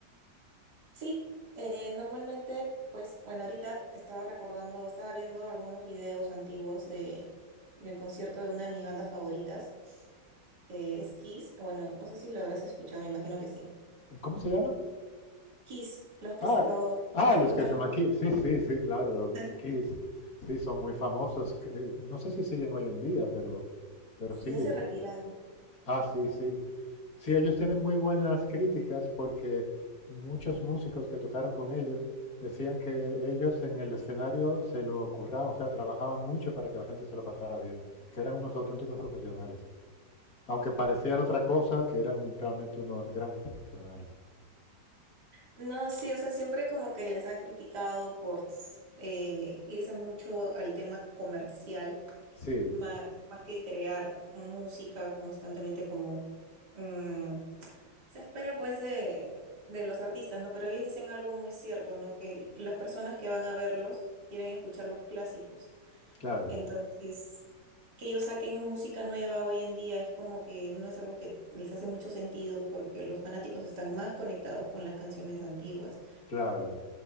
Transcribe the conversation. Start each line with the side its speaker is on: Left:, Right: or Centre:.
Right: Sí, eh, normalmente, pues bueno, ahorita estaba recordando, estaba viendo algunos videos antiguos de, del concierto de una de mis bandas favoritas, que es Kiss. Bueno, no sé si lo habrás escuchado, me imagino que sí.
Left: Eh, ¿Cómo se llama?
Right: Kiss, los que
Left: Ah,
Right: los,
Left: ah,
Right: se
Left: los
Right: pintan
Left: que se
Right: los...
Left: llaman Kiss. Sí, sí, sí, claro,
Right: <laughs>
Left: Kiss. Sí, son muy famosos. eh, no sé si siguen hoy en día, pero, pero
Right: Sí,
Left: sí.
Right: ya se retiraron.
Left: Ah, sí, sí. Sí, ellos tienen muy buenas críticas porque muchos músicos que tocaron con ellos decían que ellos en el escenario se lo curraban, o sea, trabajaban mucho para que la gente se lo pasara bien, que eran unos auténticos profesionales. Aunque pareciera otra cosa, que eran realmente unos grandes profesionales.
Right: No, sí, o sea, siempre como que les han criticado por eh, irse mucho al tema comercial,
Left: Sí,
Right: ma- más, que crear música constantemente como mm, se espera pues de, de los artistas, ¿no? Pero ellos dicen algo muy cierto, ¿no? Que las personas que van a verlos quieren escuchar los clásicos.
Left: claro,
Right: Entonces, que ellos saquen música nueva hoy en día es como que no es algo que les hace mucho sentido porque los fanáticos están más conectados con las canciones antiguas.
Left: claro.